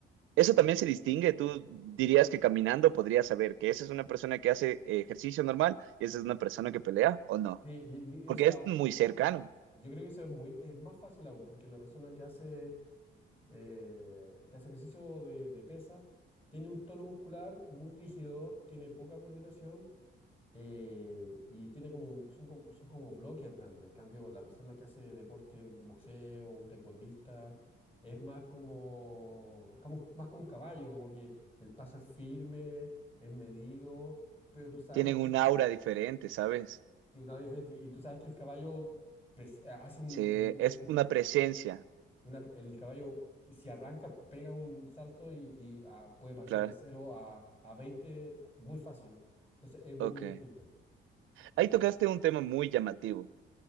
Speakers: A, on the right; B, on the left.
A: Eso también
B: Sí.
A: se distingue. Tú dirías que caminando podrías saber que esa es una persona que hace eh, ejercicio normal y esa es una persona que pelea o no,
B: Sí, y- y
A: porque
B: eso
A: es
B: aún-
A: muy cercano.
B: yo creo que eso es muy, es más fácil aún, porque la persona que hace, eh, que hace ejercicio de, de pesa tiene un tono muscular muy rígido, tiene poca coordinación eh, y tiene como, un- son, como- son como bloquean tanto. En cambio, la persona que hace deporte, un boxeo, un taekwondista, es más como, es como, un- más como un caballo, como que el paso es firme, es medido, pero tú sabes
A: Tienen
B: que,
A: un aura diferente, ¿sabes?
B: y una vez- y tú sabes que el caballo pres- hace un,
A: Sí,
B: un-
A: es
B: un-
A: una presencia,
B: una- el caballo, si arranca, pega un salto y, y, ah, puede pasar
A: claro.
B: de cero a, a 20 muy fácil. Entonces es muy
A: Ok.
B: distinto.
A: Ahí tocaste un tema muy llamativo.